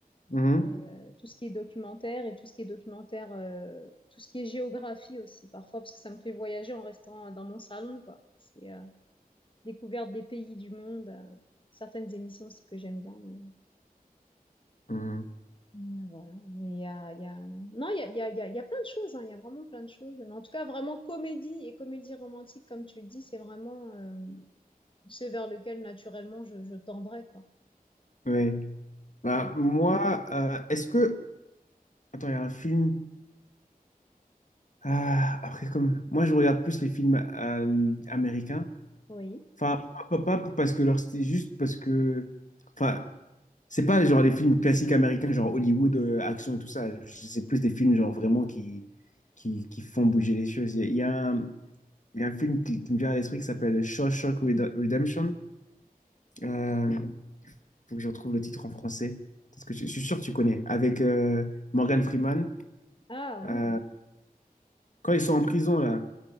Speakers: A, on the left; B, on the left.
A: Mhm.
B: Euh, tout ce qui est documentaire et tout ce qui est documentaire, euh, tout ce qui est géographie aussi, parfois, parce que ça me fait voyager en restant dans mon salon, quoi. C'est euh, découverte des pays du monde, euh, certaines émissions aussi que j'aime bien. mais- euh,
A: Mhm.
B: Mais, euh, voilà. Mais il y a, il y a... Non, il y a, il y a, il y a il y a plein de choses, hein. Il y a vraiment plein de choses. Mais en tout cas, vraiment comédie et comédie romantique, comme tu le dis, c'est vraiment euh, ce vers lequel naturellement je, je tendrais, quoi.
A: Ouais. Bah,
B: Mm.
A: moi, euh, est-ce que. Attends, il y a un film. Ah, après, comme. Moi, je regarde plus les films euh, américains.
B: Oui.
A: Enfin, pas, pas- pas parce que leur style, juste parce que. Enfin, c'est pas genre les films classiques américains, genre Hollywood, euh, action et tout ça. C'est plus des films, genre vraiment qui, qui, qui font bouger les choses. Il y a, il y a un- Il y a un film qui, qui me vient à l'esprit qui s'appelle Shawshank Red- Redemption. Euh, Mhm. faut que je retrouve le titre en français. Parce que je, je suis sûr que tu connais. Avec euh, Morgan Freeman.
B: Ah, hmm.
A: Euh, quand ils sont en prison, là.